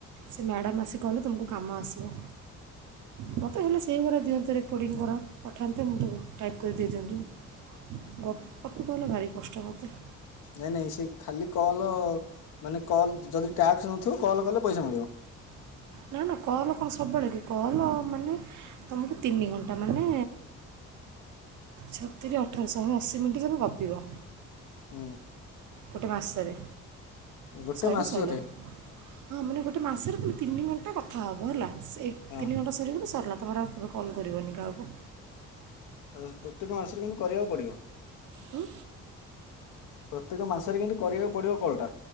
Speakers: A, on the right; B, on the left.
A: ସେ ମ୍ୟାଡ଼ାମ୍ ଆସି କହିଲେ ତମକୁ କାମ ଆସିବ। ମତେ ହେଲେ ସେଇଗୁରା ଦିଅନ୍ତେ ରେକର୍ଡିଙ୍ଗ ଗୁରା ପଠାନ୍ତେ ମୁଁ ତାକୁ ଟାଇପ୍ କରିଦେଇଦିଅନ୍ତି। ଗ ଗପି କଲେ ଭାରି କଷ୍ଟ ମତେ।
B: ନାଇଁ ନାଇଁ ସେ ଖାଲି କଲ୍ ମାନେ କଲ୍ ଯଦି ଟ୍ୟାକ୍ସ ନଥିବ କଲ୍ କଲେ ପଇସା ମିଳିବ।
A: ନା ନା କଲ କଣ ସବୁବେଳେ କି କଲ ମାନେ ତମକୁ ତିନି ଘଣ୍ଟା ମାନେ ଛ ତିରି ଅଠର ଶହେ ଅଶିି ମିନିଟ୍ ତମେ ଗପିବ।
B: ହୁଁ।
A: ଗୋଟେ ମାସରେ
B: ଗୋଟେ
A: ସଇଲେ
B: ମାସରେ
A: ସଇଲା। ହଁ ମାନେ ଗୋଟେ ମାସରେ ତୁମେ ତିନି ଘଣ୍ଟା କଥା ହେବ ହେଲା ସେ
B: ହଁ
A: ତିନି ଘଣ୍ଟ ସରିଗଲେ ସରିଲା ତମର ଆଉ କେବେ କଲ୍ କରିବନି କାହାକୁ।
B: <inaudible> ପ୍ରତ୍ୟେକ ମାସରେ କିନ୍ତୁ କରିବାକୁ ପଡ଼ିବ।
A: ହୁଁ।
B: ପ୍ରତ୍ୟେକ ମାସରେ କିନ୍ତୁ କରିବାକୁ ପଡ଼ିବ କଲଟା।